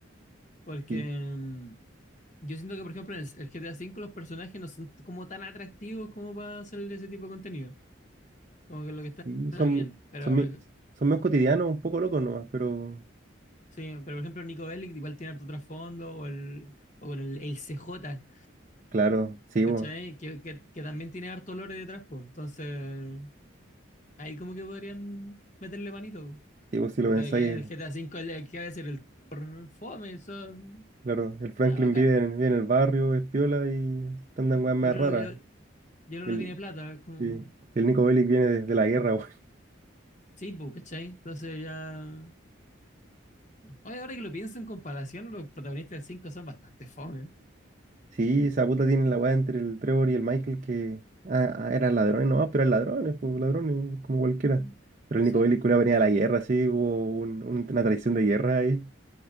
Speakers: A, on the left (about 35°); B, on the right (about 40°).
A: Porque
B: y
A: mm, yo siento que, por ejemplo, en el, el GTA V los personajes no son como tan atractivos como para hacer ese tipo de contenido. Como que lo que está
B: Y son,
A: está bien. Pero
B: son, bien- son menos cotidianos, un poco locos nomás, pero
A: Sí, pero por ejemplo Nico Bellic igual tiene harto trasfondo, o, el, o con el, el CJ,
B: claro, sí,
A: ¿cachai?
B: vos,
A: Que, que, que también tiene harto lore detrás, pues. Entonces, ahí como que podrían meterle manito. po.
B: sí, vos si lo
A: Pero
B: pensáis,
A: de que el GTA V, el- ¿qué va a decir? El por fome, eso,
B: claro, el Franklin
A: ya, bacán.
B: vive en, vive en el barrio, es piola y andan
A: Yo
B: weas más
A: yo creo
B: raras.
A: yo, yo no
B: Y el,
A: tiene plata, es como...
B: y el Nico Bellic viene de, de la guerra, weón.
A: Sí, pues, ¿cachai? Entonces ya... Oye, ahora que lo pienso en comparación, los protagonistas del cinco son bastante fome.
B: Sí, esa puta tiene la wea entre el Trevor y el Michael que ah, ah, eran ladrones nomás, pero eran ladrones, pues ladrones, como cualquiera.
A: Mm.
B: Pero
A: Sí.
B: el Nico Bellic culiao, venía de la guerra, sí, hubo un- un- una traición de guerra ahí.